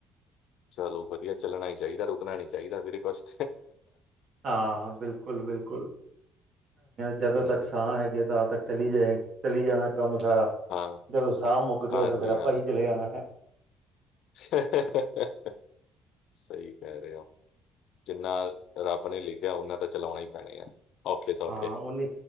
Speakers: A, on the left (about 70°); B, on the right (about 55°).
A: ਚਲੋ ਵਧੀਆ ਚੱਲਣਾ ਹੀ ਚਾਹੀਦਾ ਰੁਕਣਾ ਨੀ ਚਾਹੀਦਾ ਵੀਰੇ ਬੱਸ।
B: ਹਾਂ ਬਿਲਕੁਲ। ਬਿਲਕੁਲ ਜਦੋਂ
A: ਹਮ,
B: ਤੱਕ ਸਾਹ ਹੈਗੇ ਤਾਂ ਤੱਕ ਚਲੀ ਜਾਏਗੀ ਚਲੀ ਜਾਣਾ ਕੰਮ ਸਾਰਾ
A: ਹਾਂ
B: ਜਦੋਂ ਸਾਹ ਮੁੱਕ ਗਏ
A: ਹਾਂਜੀ
B: ਤੇ ਫ਼ਿਰ ਆਪਾ
A: ਹਾਂ
B: ਹੀ ਚਲੇ ਜਾਣਾ ਹੈ।
A: <unintelligible> ਸਹੀ ਕਹਿ ਰਹੇ ਹੋ ਜਿੰਨਾ ਰੱਬ ਨੇ ਲਿਖਿਆ ਉਨਾ ਤਾਂ ਚਲਾਉਣਾ ਹੀ ਪੈਣੇ ਹੈ। ਔਖੇ ਸੌਖੇ
B: ਹਾਂ ਉਹਨੇ